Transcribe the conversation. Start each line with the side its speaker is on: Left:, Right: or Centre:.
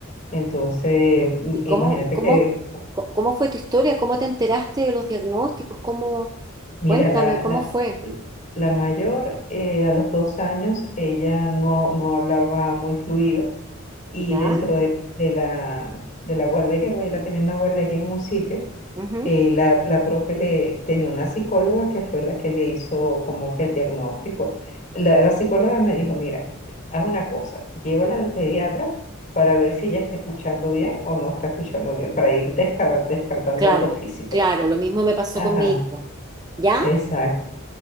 Left: Entonces, im-
Right: ¿Y
Left: imagínate
Right: cómo, cómo,
Left: que,
Right: co- cómo fue tu historia? ¿Cómo te enteraste de los diagnósticos? ¿Cómo?
Left: mira,
Right: Cuéntame,
Left: la,
Right: ¿cómo
Left: la,
Right: fue?
Left: la mayor eh, a los dos años, ella no, no hablaba muy fluido y
Right: ¿Ya?
Left: dentro de, de la, de la guardería, porque ella la tenía en una guardería en un sitio
Right: Ujú.
Left: eh, la, la profe le, tenía una psicóloga que fue la que le hizo como que el diagnóstico. La, la psicóloga me dijo, mira, haz una cosa, llévala al pediatra para ver si ella está escuchando bien o no está escuchando bien, para ir desca- descartando
Right: Claro,
Left: algo físico.
Right: claro, lo mismo me pasó
Left: Ajá,
Right: con mi hijo. ¿Ya?
Left: exacto.